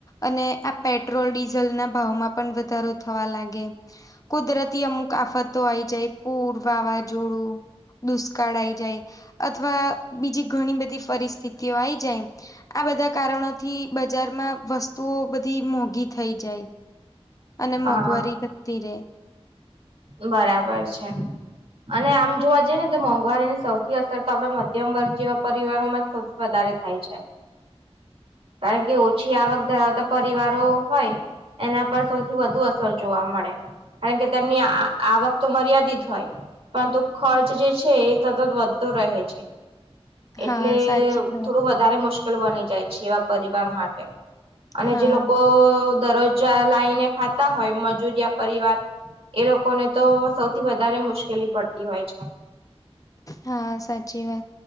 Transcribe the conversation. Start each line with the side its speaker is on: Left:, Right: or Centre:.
Left: અને આ પેટ્રોલ ડીઝલ ના ભાવ માં પણ વધારો થવા લાગે. કુદરતી અમુક આફતો આયી જાય પૂર વાવાઝો દુષ્કાળ આઈ જાય અથવા બીજી ઘણી બધી પરિસ્થિતિઓ આઈ જાય. આ બધા કારણોથી બજારમાં વસ્તુઓ બ ધી મોંઘી થઈ જાય અને
Right: હા.
Left: મોંઘવારી વધતી રે.
Right: બરાબર છે. અને આમ જોવા જઈએ ને તો મોંઘવારીની સૌથી અસર તો આપડા મધ્યમ વર્ગ જેવા પરિવારોમાં. સૌથી વધારે થાય છે. કારણ કે ઓછી આવક ધરાવતા પરિવારો હોય. એના પર સૌથી વધુ અસર જોવા મળે કારણ કે તેમની આ આવક તો મર્યાદિત હોય. પરંતુ ખર્ચ જે છે એ સતત વધતો રહે છે. એટલે
Left: હા સાચી વાત
Right: થોડું વ વધારે મુશ્કેલ બની જાય છે એવા પરિવાર માટે અને
Left: હા
Right: જે લોકો દર ચા લાઈ ને ખાતા હોય મજૂરિયા પરિવાર. એ લોકોને તો સૌથી વધારે મુશ્કેલી પડતી હોય છે.
Left: હા સાચી વાત.